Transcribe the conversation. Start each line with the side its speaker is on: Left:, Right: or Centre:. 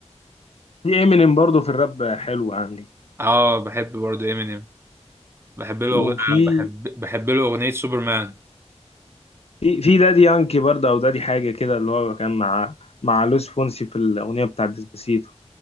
Left: في امينيم برضو في الراب حلو عندي
Right: اه بحب برضه امينيم بحب له
Left: وفي
Right: أغ... آه، بحب بحب له اغنيه سوبرمان
Left: في في دادي يانكي برضه او دادي حاجه كده اللي هو كان مع مع لويس فونسي في الاغنيه بتاعت ديسباسيتو